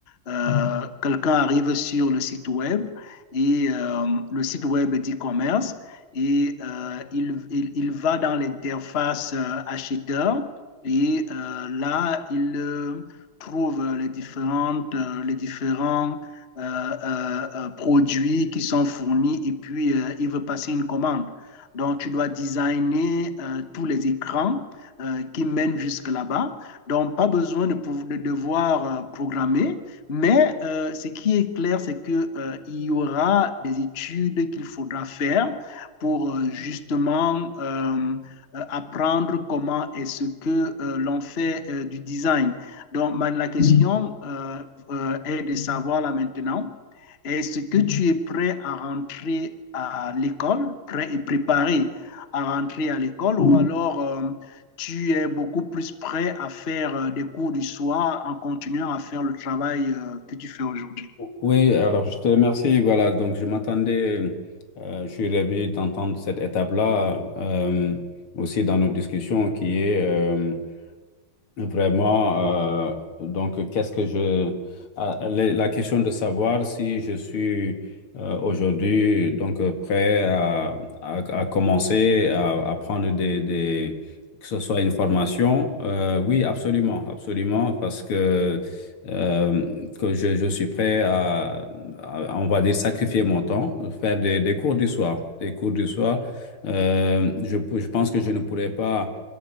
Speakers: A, on the left (about 35°); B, on the left (about 85°).
A: euh, quelqu'un arrive sur le site web et euh, le site web d'e-commerce et euh, il, il, il, va dans l'interface euh, acheteur et euh, là, il euh, trouve les, différentes, euh, les différents euh, euh, euh, produits qui sont fournis et puis euh, il veut passer une commande. Donc, tu dois designer euh, tous les écrans euh, qui mènent jusque là-bas. Donc, pas besoin de, de devoir euh, programmer, mais euh, ce qui est clair, c'est qu'il il y aura des études qu'il faudra faire pour euh, justement euh, euh, apprendre comment est-ce que euh, l'on fait euh, du design. Donc, la question euh, euh, est de savoir là maintenant, est-ce que tu es prêt à rentrer à l'école, prêt et préparé à rentrer à l'école ou alors euh, tu es beaucoup plus prêt à faire euh, des cours du soir en continuant à faire le travail euh, que tu fais aujourd'hui?
B: Oui, alors je te remercie. Voilà, donc je m'attendais, euh, je suis ravi d'entendre cette étape-là euh, aussi dans nos discussions qui est euh, Vraiment, euh, donc qu'est-ce que je... ah, La la question de savoir si je suis euh, aujourd'hui donc euh, prêt à, à, à commencer à, à prendre des, des... que ce soit une formation, euh, oui, absolument, absolument, parce que, euh, que je, je suis prêt à, à, on va dire, sacrifier mon temps, faire des, des cours du soir, des cours du soir. Euh, je, je pense que je ne pourrais pas